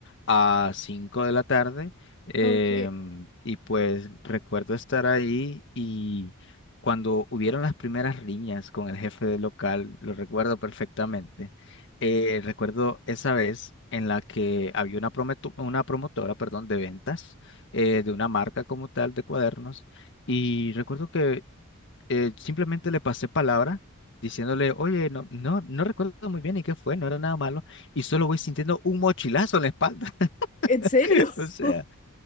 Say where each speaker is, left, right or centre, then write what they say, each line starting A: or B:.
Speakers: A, on the left (about 55°); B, on the left (about 35°).
A: a cinco de la tarde em,
B: Ok.
A: y pues recuerdo estar ahí y cuando hubieron las primeras riñas con el jefe del local, lo recuerdo perfectamente, eh, recuerdo esa vez en la que había una, prometu- una promotora, perdón, de ventas eh, de una marca como tal de cuadernos. Y recuerdo que eh, simplemente le pasé palabra diciéndole, oye, no, no, no recuerdo muy bien y qué fue, no era nada malo, y solo voy sintiendo un mochilazo en la espalda.
B: ¿En serio?
A: <laughs> O sea,
B: <laughs>